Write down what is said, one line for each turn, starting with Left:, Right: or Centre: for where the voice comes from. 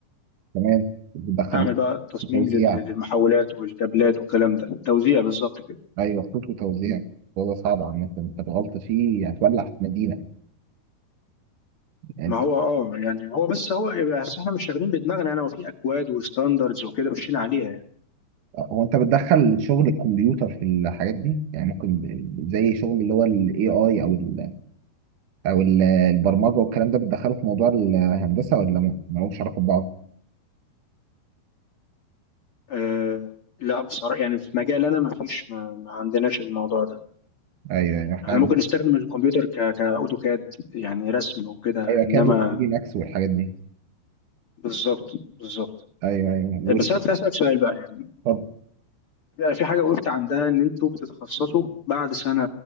Right: تمام بتدخل
Left: اعمل بقى تصميم
Right: في توزيع
Left: لل- للمحولات والكابلات والكلام ده توزيع بالظبط كده
Right: ايوه خطوط وتوزيع هو ده صعب عامة انت غلط فيه هتولع في مدينة يعني
Left: ما
Right: انت
Left: هو اه يعني هو بس هو يعني بس احنا مش شغالين بدماغنا انا وفي اكواد وستاندردز وكده ماشيين عليها يعني.
Right: هو انت بتدخل شغل الكمبيوتر في الحاجات دي يعني ممكن ب- زي شغل اللي هو الاي اي او ال او ال- البرمجة والكلام ده بتدخله في موضوع الهندسة ولا ما- ملهمش علاقة ببعض
Left: آه لا بصراحه يعني في مجال انا ما فيش ما, ما عندناش الموضوع ده
Right: ايوه ايوه احنا
Left: احنا
Right: عندنا
Left: ممكن نستخدم الكمبيوتر ك كاوتوكاد يعني رسم وكده
Right: ايوه كاد
Left: انما
Right: وثري دي ماكس والحاجات دي
Left: بالظبط بالظبط
Right: ايوه ايوه وال-
Left: بس انا كنت اسالك سؤال بقى يعني
Right: طب
Left: في حاجه وقفت عندها ان انتوا بتتخصصوا بعد سنه